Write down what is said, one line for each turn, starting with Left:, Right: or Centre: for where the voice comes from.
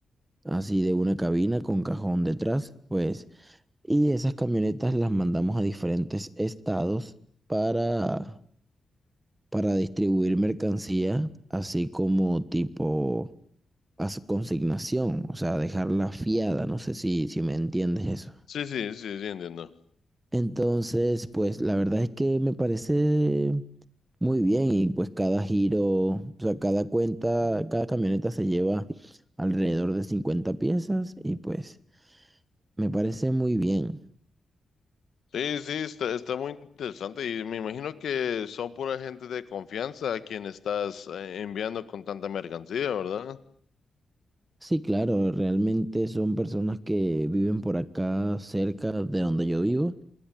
Right: así de una cabina con cajón detrás, pues, y esas camionetas las mandamos a diferentes estados para, para distribuir mercancía, así como tipo a su consignación, o sea, dejarla fiada, no sé si, si me entiendes eso.
Left: Sí, sí, sí, sí, entiendo.
Right: Entonces, pues la verdad es que me parece muy bien y pues cada giro, o sea, cada cuenta, cada camioneta se lleva alrededor de 50 piezas y pues me parece muy bien.
Left: Sí, sí, está, está muy interesante y me imagino que son pura gente de confianza a quien estás eh, enviando con tanta mercancía, ¿verdad?
Right: Sí, claro, realmente son personas que viven por acá cerca de donde yo vivo